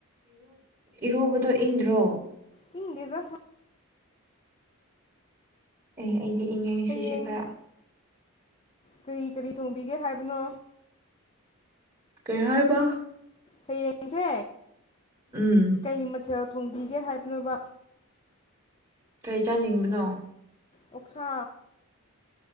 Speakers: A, on the right (about 25°); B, on the left (about 25°).
A: ꯏꯔꯣꯕꯗꯣ ꯏꯪꯗ꯭ꯔꯣ
B: ꯍꯤꯡꯦꯖ
A: ꯑꯦ ꯑꯩꯗꯤ ꯏꯪꯉꯦ
B: ꯍꯌꯦꯡ
A: ꯁꯤꯁꯦ ꯈꯔ
B: ꯀꯔꯤ ꯀꯔꯤ ꯊꯣꯡꯕꯤꯒꯦ ꯍꯥꯏꯕꯅꯣ
A: ꯀꯩ ꯍꯥꯏꯕ
B: ꯍꯌꯦꯡꯁꯦ
A: ꯎꯝ
B: ꯀꯩ ꯃꯊꯦꯜ ꯊꯣꯡꯕꯤꯒꯦ ꯍꯥꯏꯕꯅꯣꯕ
A: ꯀꯩ ꯆꯥꯅꯤꯡꯕꯅꯣ
B: ꯑꯣꯛꯁꯥ